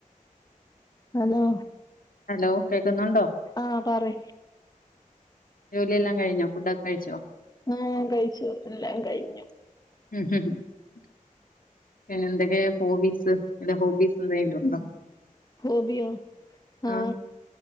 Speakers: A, on the left; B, on the left.
A: ഹലോ
B: ഹലോ കേക്കുന്നുണ്ടോ
A: ആഹ പറീ
B: ജോലിയെല്ലാം കിഞ്ഞ ഫുഡൊക്കെ കഴിച്ചോ
A: ആ കഴിച്ചു എല്ലാം കഴിഞ്ഞു
B: ഉം ഉം <unintelligible> പിന്നെ എന്തൊക്കെയ ഹോബീസ് എ ഹോബീസ് എന്തെിലും ഉണ്ടോ
A: ഹോമിയോആ
B: ആഹ്